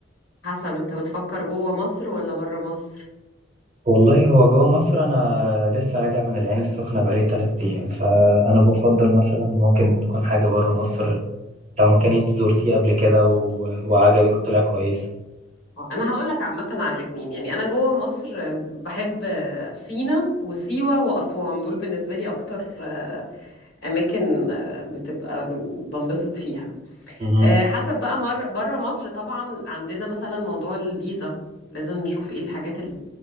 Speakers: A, on the left; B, on the right.
A: حسب انت بتفكر جوه مصر ولا بره مصر
B: والله هو جوه مصر انا لسه راجع من العين السخنة بقالي 3 ايام فانا بفضل مثلا ممكن تكون حاجة بره مصر لو مكان انت زرتيه قبل كده و... وعجبك وطلع كويس
A: اه، انا هقول لك عامه على الاتنين يعني انا جوه مصر آه، بحب آه، سينا وسيوه واسوان دول بالنسبه لي اكتر آه، اماكن آه، بتبقى من- بنبسط فيها
B: مهم.
A: آه، حسب بقى مر بره مصر طبعا عندنا مثلا موضوع الفيزا لازم نشوف ايه الحاجات اللي